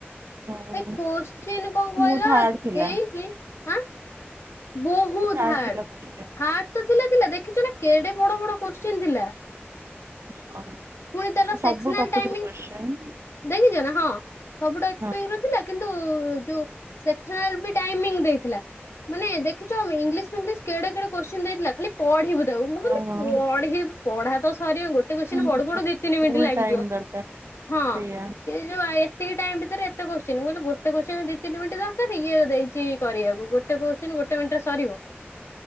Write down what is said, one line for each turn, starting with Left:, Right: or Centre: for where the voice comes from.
Right: ହଁ
Left: ଏ କୋଶ୍ଚିିନ କଣ କହିଲ
Right: ମୁଁ ଥାର୍ଡ ଥିଲା
Left: ଦେଇଛି। ହଆଁ? ବହୁତ
Right: ଥାର୍ଡ
Left: ହାର୍ଡ।
Right: ଥିଲା କୋଶ୍ଚିନ୍।
Left: ହାର୍ଡ ତ ଥିଲା ଥିଲା ଦେଖିଛୁ ନା କେଡେ ବଡ ବଡ କୋଶ୍ଚିନ୍ ଥିଲା?
Right: ହଁ
Left: ପୁଣି ତାର
Right: ସେ
Left: ସେକ୍ସନାଲ
Right: ସବୁ ଟପିକରୁ
Left: ଟାଇମିଂ
Right: କୋଶ୍ଚିନ୍।
Left: ଦେଖିଛ ନା ହଁ। ସବୁଠୁ
Right: ହଁ।
Left: <unintelligible> ଥିଲା କିନ୍ତୁ ଯୋଉ ସେକ୍ସନାଲ ବି ଟାଇମୀଙ୍ଗ ଦେଇଥିଲା। ମାନେ ଦେଖିଛ ଇଂଲିଶ ଫିଙ୍ଗଲିଶ କେଡେ କେଡେ କୋସଚୀନ ଦେଇଥିଲା ଖାଲି? ପଢିବୁ ତାକୁ ମୁଁ କହିଲି
Right: ଓହୋ।
Left: ପଢି ପଢା ତ ସରିିବ ଗୋଟେ କ
Right: ଫୁଲ୍
Left: ପଢ଼ୁ ପଢ଼ୁ ଦି ତିନି ମିନିଟ ଲାଗିଯିବ
Right: ଟାଇମ୍ ଦରକାର
Left: ହଁ।
Right: ସେଇଆ
Left: ଯୋଉ ଏତିକି ଟାଇମ ଭିତରେ ଏତେ କୋଶ୍ଚିନ୍ କହିଲେ ଗୋଟେ କୋଶ୍ଚି ଦି ତିନି ମିନିଟ ଦରକାର ଇଏ ଦେଇଛି କରିବାକୁ ଗୋଟେ। ଗୋଟେ କୋଶ୍ଚିନ୍ ଗୋଟେ ମିନିଟରେ ସରିବ